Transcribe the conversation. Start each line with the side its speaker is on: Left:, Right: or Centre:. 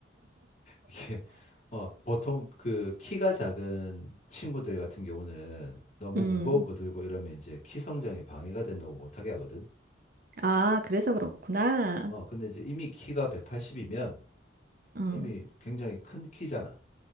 Left: 이게, 어, 보통 그 키가 작은 친구들 같은 경우는 너무
Right: 음,
Left: 무거운 거 들고 이러면 이제 키 성장에 방해가 된다고 못하게 하거든.
Right: 아, 그래서 그렇구나.
Left: 어, 근데 이제 이미 키가 180이면
Right: 음,
Left: 이미 굉장히 큰 키잖아.